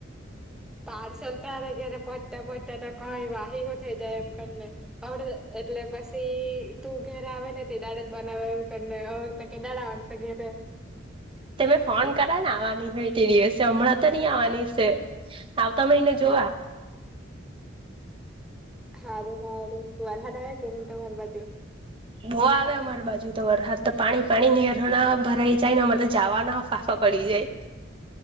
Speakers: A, in the centre; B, on the right.
A: પાર્સલ તારગેરે પતતા પતા તો કઈ વાહીઓ થઈ જાય એમ કરીને એટલે પછી તું ઘરે આવે ને તે દાડે જ બનાવે એવું કરીને કે દાડા વાણશે ઘેરે હ
B: તમે ફોન કરાવ ને આવવાની હોય તે દિવસે હમણાં તો નહી આવવાની છે આવતા મહિને જો કવા
A: સારું સારું વાર હાર આવ કેમ તમારી બાજુ
B: બો આવે અમારી બાજુ તો વરસાદ તો પાણી પાણી નહેરો ના ભરાઈ જાય ને અમારે તો જવાના ફાફા પડી જાય